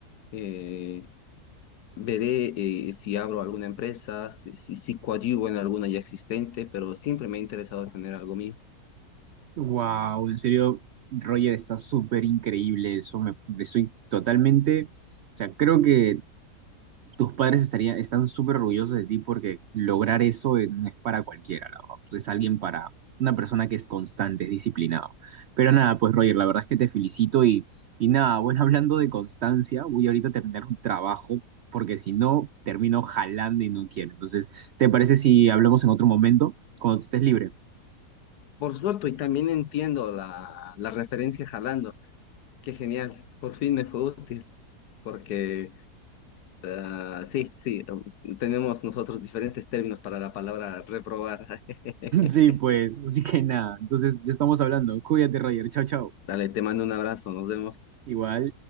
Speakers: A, on the left; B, on the right.
A: eh, Veré eh, si abro alguna empresa, si, si, si coadyuvo en alguna ya existente, pero siempre me ha interesado tener algo mío.
B: ¡Wow! En serio, Roger, está súper increíble eso. Me, me soy totalmente, o sea, creo que tus padres estarían, están súper orgullosos de ti porque lograr eso eh, no es para cualquiera, la verdad. Es alguien para una persona que es constante, es disciplinado. Pero nada, pues Roger, la verdad es que te felicito y, y nada, bueno, <laughs> hablando de constancia, voy ahorita a terminar un trabajo porque si no, termino jalando y no quiero. Entonces, ¿te parece si hablamos en otro momento, cuando estés libre? <laughs>
A: Por suerte, y también entiendo la, la referencia jalando. Qué genial, por fin me fue útil, porque ah, sí, sí, um, tenemos nosotros diferentes términos para la palabra reprobar. <laughs>
B: Sí, pues, así que nada, entonces ya estamos hablando. Cuídate, Roger, chao, chao.
A: Dale, te mando un abrazo, nos vemos.
B: Igual.